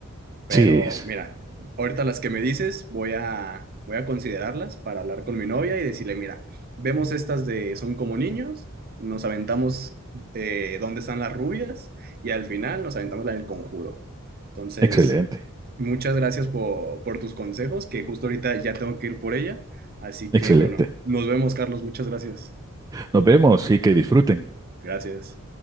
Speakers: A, on the right (about 45°); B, on the right (about 15°).
A: Pero
B: Sí, es
A: mira, ahorita las que me dices, voy a, voy a considerarlas para hablar con mi novia y decirle, mira, vemos estas de Son como niños, nos aventamos eh, dónde están las rubias y al final nos aventamos la del conjuro. Entonces,
B: excelente,
A: muchas gracias por, por tus consejos, que justo ahorita ya tengo que ir por ella. Así
B: excelente.
A: que bueno, nos vemos, Carlos. Muchas gracias.
B: Nos vemos y que disfruten.
A: Gracias.